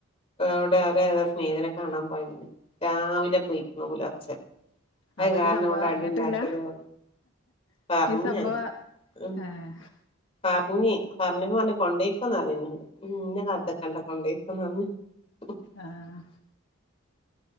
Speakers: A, on the left; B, on the left.
A: എവ്ടെ അവരെതോ സ്നേഹതിനെ കാണാൻ പോയതാ രാ രാവിലെ പൊയിക്കണ് പുലർച്ചെ അഅ്
B: അപ്പൊ
A: കാരണം
B: ഈ സംഭവം
A: ഇവിടെ
B: അറിഞ്ഞിട്ടില്ല
A: അടി ഉണ്ടാക്കലും പറഞ്ഞ്
B: ഈ സംഭവം
A: ഞാന് ഉ
B: ഏഹ്
A: പറഞ്ഞ് പറഞ്ഞപ്പോറഞ്ഞ് കൊണ്ടേയ്ക്കോന്നർന്നീനി. ഇന്നെ കാത്ത്ക്കണ്ട കൊണ്ടയ് <unintelligible>
B: ആഹ്